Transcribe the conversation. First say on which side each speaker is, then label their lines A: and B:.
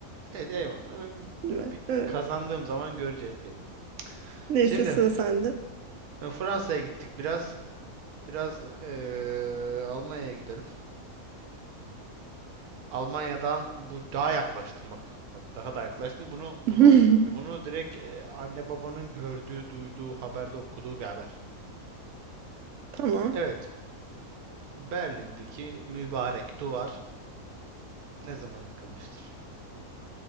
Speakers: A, on the right (about 85°); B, on the right (about 65°).
A: Evet eyvallah. Ben bir
B: Evet.
A: bir
B: evet.
A: kazandığım zaman göreceğiz diyelim.
B: Neyse
A: Şimdi
B: sıra sende.
A: e, Fransa'ya gittik biraz. Biraz eee, Almanya'ya gidelim. Almanya'dan bu daha yaklaştım bak. Bak daha da yaklaştım. Bunu bunu
B: <laughs>
A: bunu direkt eee, anne babanın gördüğü, duyduğu, haberde okuduğu bir haber.
B: Tamam.
A: Evet, Berlin'deki mübarek duvar ne zaman yıkılmıştır?